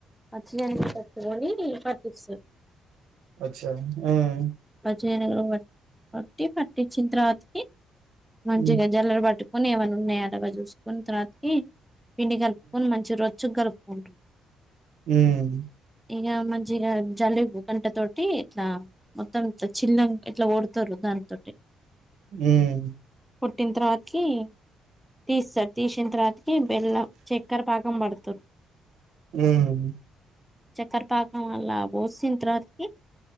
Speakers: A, in the centre; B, on the right (about 80°).
A: పచ్చి శనగలు కొత్తకొని టీ పట్టిస్తర్-
B: అచ్చా హామ్
A: చెనగలు బట్ పట్టి పట్టించిన్ తర్వాతకి మంచిగ
B: హ్మ్.
A: జల్లెడ బట్టు కొన్సె యేవున్న ఉన్నయ తర్వత జూసుకున్స తర్వాతకీ పిండి కలుపు కొని మంచి రొచ్చుగ కలుప్ థ్యాంక్ యూ
B: హుం
A: ఇగ మంచిగ జల్లెడ్ గంట తోటీ ఇట్లా మొత్తం యిట్ల చినంగ్, యిట్లా వోడతరు, దాన్ తోటి,
B: ఊమ్
A: పుట్టిన్ తరవాత్ కీ? తీస్తర్ తీసిన్ తరవాత్ కి, బెల్లం, చక్కెర, పాకం బడతరు.
B: వుమ్
A: చక్కర్ పాకంల బోసిన్ తరువాత్ కి